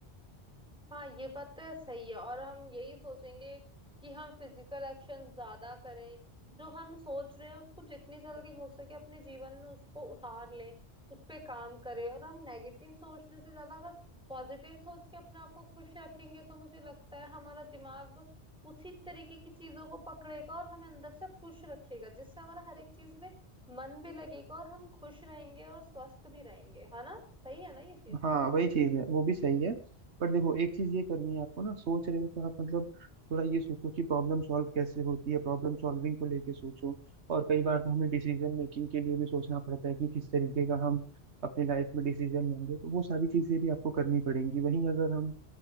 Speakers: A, in the centre; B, on the right (about 80°).
A: हाँ ये बात तो सही है और हम यही सोचेंगे कि हम फिजिकल एक्शन ज्यादा करें जो हम सोच रहे हैं उसको जितनी जल्दी हो सके अपने जीवन में उसको उतार लें उस पे काम करें और हम नेगेटिव सोचने से ज्यादा अगर पॉजिटिव सोच के अपने आप को खुश रखेंगे तो मुझे लगता है हमारा दिमाग उसी तरीके की चीजों को पकड़ेगा और हमें अंदर से खुश रखेगा जिससे हमारा हर एक चीज में मन भी लगेगा और हम खुश रहेंगे और स्वस्थ भी रहेंगे है ना सही है ना ये चीज
B: हाँ वही चीज है वो भी सही है पर देखो एक चीज ये करनी है आपको ना सोच रहे हो तो आप मतलब थोड़ा ये सोचो कि प्रॉब्लम सॉल्व कैसे होती है प्रॉब्लम सॉल्विंग को लेके सोचो और कई बार तो हमें डिसीजन मेकिंग के लिए भी सोचना पड़ता है कि किस तरीके का हम अपनी लाइफ में डिसीजन लेंगे तो वो सारी चीजें भी आपको करनी पड़ेंगी वहीं अगर हम